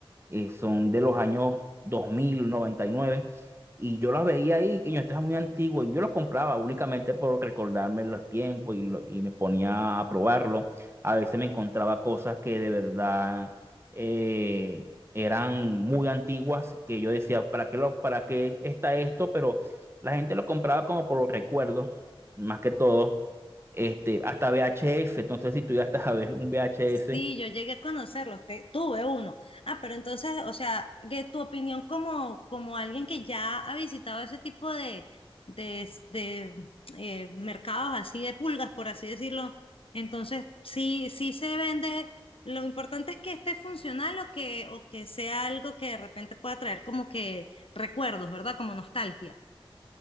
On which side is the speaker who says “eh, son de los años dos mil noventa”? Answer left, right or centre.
Right